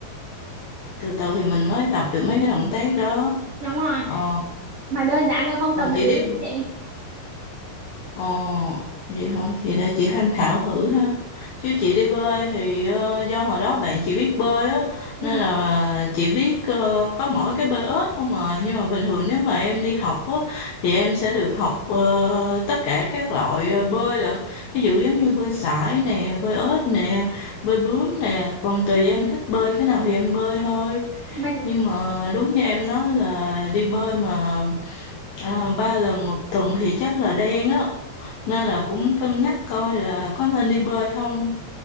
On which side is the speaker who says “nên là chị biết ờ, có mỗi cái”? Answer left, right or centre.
Left